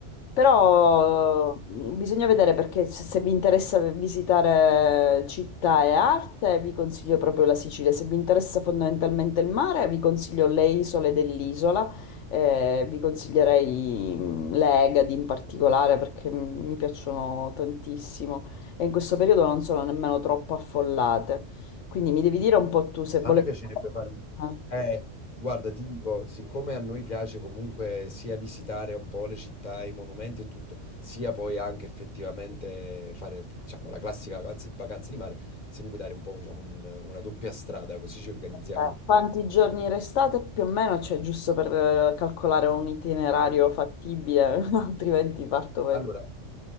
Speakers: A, on the left; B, on the left.
A: Però mm, bisogna vedere perché se, se vi interessa visitare città e arte, vi consiglio proprio la Sicilia. Se vi interessa fondamentalmente il mare, vi consiglio le isole dell'isola Eh, vi consiglierei mm, l'Egadi in particolare perché mm, mi piacciono tantissimo e in questo periodo non sono nemmeno troppo affollate. Quindi mi devi dire un po' tu se
B: A
A: volete
B: noi piacerebbe fare...
A: eh,
B: Eh, guarda, ti dico, siccome a noi piace comunque sia visitare un po' le città, i monumenti e tutto, sia poi anche effettivamente fare, diciamo, la classica vacanza, vacanza di mare, se mi puoi dare un po', diciamo, un- una doppia strada, così ci organizziamo.
A: eh, quanti giorni restate più o meno, cioè giusto per eh, calcolare un itinerario fattibile, <laughs> altrimenti parto per
B: Allora,